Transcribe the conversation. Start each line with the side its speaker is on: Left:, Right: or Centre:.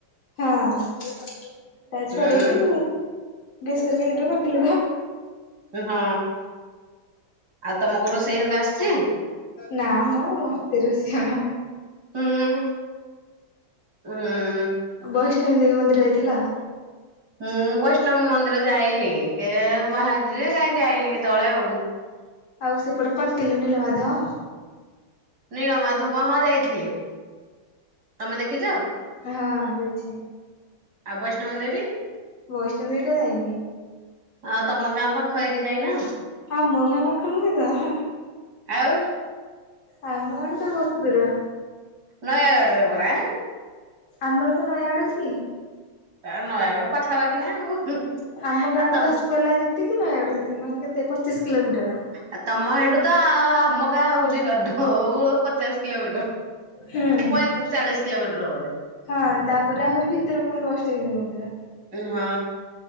Left: ହଁ ତା
Right: ହୁଁ
Left: ଛଡ଼େଇକି ଗେସ୍ କରିକି ନିଡ଼ୁ କରିଥିଲି ତ।
Right: ଉଁ ହଁ ଆଉ ତମୂକୁ ରୋଷେଇ ହକା ଆସିଚି?
Left: ନାଁ ମ ମତେ ରୋଷେଇ ଅଣ
Right: ହୁଁ ହୁଁ ଉଁ
Left: ବୈଷ୍ଣବୀ ଦେଇ ମନ୍ଦିର ଆଇଥିଲ?
Right: ମୁଁ ବୈଷ୍ଣବ ମନ୍ଦିର ଯାଇନି କେ ବାହାରଚି ଯେ କାଇଁ ଯାଇନି କେତଳେ ଆଉ।
Left: ଆଉ ସେପଟ କଣ୍ଟିଲୋ ନୀଳମାଧବ?
Right: ନୀଳମାଧବ ହଁ ଯାଇଥିଲି। ତମେ ଦେଖିଚ?
Left: ଅ ହ ଯାଇଛି।
Right: ଆଉ ବୈଷ୍ଣବ ଦେବୀ?
Left: ବୈଷ୍ଟ ଦେଇଟା ଯାଇନି।
Right: ଅ ତମ ଗାଁ ପାଖ ହେଇକି ଯାଇନ?
Left: ହଁ ମଘା ପାଖ ନୁହେଁ ତ?
Right: ଆଉ?
Left: ଆମ ଗାଁଠୁ ତ ବୋହୁତ ଦୂର।
Right: ନୟାଗଡ଼ରେ ପରା।
Left: ଆମର କୋ ନୟାଅଡ଼ ଅଛି କି?
Right: ଆ ନୟାଗଡ଼ ପାଖାପାଖି ନା ଆଉ।
Left: ଆମ ଗାଁଠୁ
Right: ଆଉ ତମ
Left: ଦଶପଲ୍ଲା ଯେତିକି ନୟାଗଡ଼ ସେତିକି ମାନେ କେତେ ପଚିଶ କିଲୋମିଟର୍।
Right: ଆ ତମ ହେଠୁ ତ ଆମ ଗାଁ ଆହୁରି ବାଟ ବୁଅ ପଚାଶ୍ କିଲମିଟ
Left: ହୁଁ
Right: ପଇଁ ଚାଳିଶ କିଲୋମିଟର୍ ହବ ବୋଧେ।
Left: ହଁ ତାପରେ ଆହୁରି ଭିତୁରୁକୁ ପୁଣି ବୈଷ୍ଣବୀ ଦେବୀ ମନ୍ଦିର।
Right: ଉନ୍ ହଁ